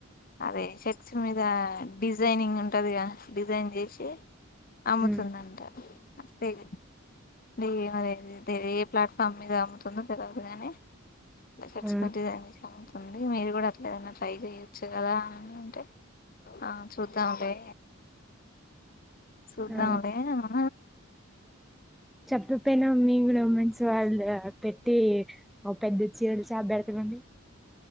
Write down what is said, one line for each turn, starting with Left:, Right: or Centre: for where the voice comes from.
Left: అదే షర్ట్స్ మీద డిజైనింగ్ ఉంటందిగా డిజైన్ చేసి అమ్ముతుందంట
Centre: ఉమ్
Left: అదే మరి ఏ ప్లాట్ఫామ్ మీద అమ్ముతుందో తర్గదుగానే చర్స్ంటి
Centre: ఆ
Left: ఉంది మీరు కూడా అట్లా ఏదనా ట్రై చేయొచ్చు కదా అని అంటే ఆ చూద్దాంండి సూద్దంలే
Centre: ఆ
Left: అనా
Centre: చెప్పపోయినా మీ కూడా మంచి పెట్టి ఒక పెద్ద చిర చాబ్బేడతే బం